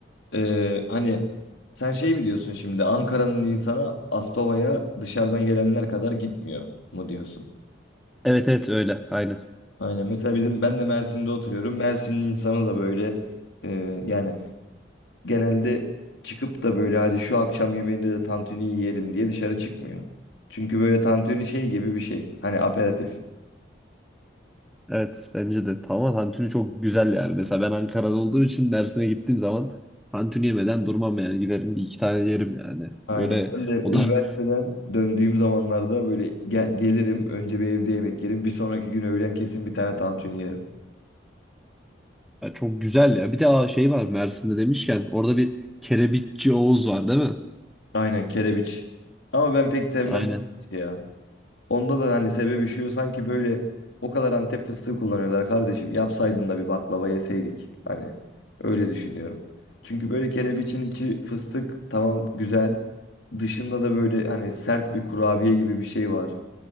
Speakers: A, on the left; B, in the centre.
A: Ee, hani sen şey mi diyorsun şimdi Ankara'nın insana Aspava'ya dışarıdan gelenler kadar gitmiyor mu diyorsun?
B: evet evet öyle aynen.
A: Aynen. Mesela bizim ben de Mersin'de oturuyorum. Mersin'in insanı da böyle e, yani genelde çıkıp da böyle hadi şu akşam yemeğinde de tantuni yiyelim diye dışarı çıkmıyor. Çünkü böyle tantuni şey gibi bir şey. Hani aperatif.
B: Evet bence de tamam tantuni çok güzel yani. Mesela ben Ankara'da olduğum için Mersin'e gittiğim zaman tantuni yemeden durmam yani. Giderim bir iki tane yerim yani.
A: Aynen.
B: Böyle
A: Ben de
B: o
A: üniversiteden
B: da
A: döndüğüm zamanlarda böyle gel- gelirim önce bir evde yemek yerim. Bir sonraki gün öğlen kesin bir tane tantuni yerim.
B: ya çok güzel ya. Bir de aa, şey var Mersin'de demişken orada bir kerebitçi Oğuz var değil mi?
A: Aynen kerebiç. Ama ben pek sevmem
B: Aynen.
A: kerebiç ya. Onda da hani sebebi şu sanki böyle o kadar Antep fıstığı kullanıyorlar kardeşim. Yapsaydın da bir baklava yeseydik. Hani öyle düşünüyorum. Çünkü böyle kerebiçin içi fıstık tamam güzel. Dışında da böyle hani sert bir kurabiye gibi bir şey var.